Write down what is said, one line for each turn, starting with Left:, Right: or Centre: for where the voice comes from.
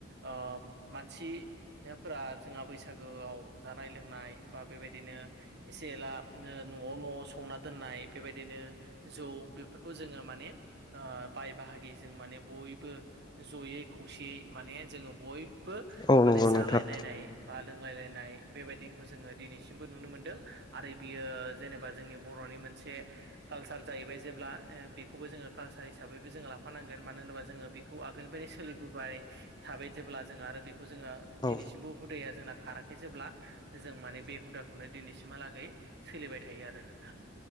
Right: आ मानसि फोर जोंहा बैसागोआव जानाय लोंनाय बा बेबायदिनो एसे एला न'आव न'आव संना दोननाय बेबायदिनो जौ बेफोरखौ जोंङो माने बाय बाहागि जों माने बयबो जयै खौसेयै माने जोंङो बय बो
Left: औ नंगौ
Right: माने जालायलायनाय
Left: नोंथां।
Right: बा लोंलायलायनाय बेबायदिखौ जोङो दिनैसिमबो नुनो मोनदों आरो बियो जेनेबा जोंनि बर'नि मोनसे कालसार जाहैबाय जेब्ला बेखौबो जोंङो कालसार हिसाबैबो जो लाफानांगोन मानो होनोबा जोंङो खौ आगोलनिफ्रायनो सोलिबोबाय थाबाय जेब्ला जोंङो आरो बेखौ जोंङो
Left: औ
Right: दिनैसिमबो हुदाया जोंना खाराखै जेब्ला जों माने बे हुदाखौनो दिनैसिम सोलिबाय थायो आरो नोंथा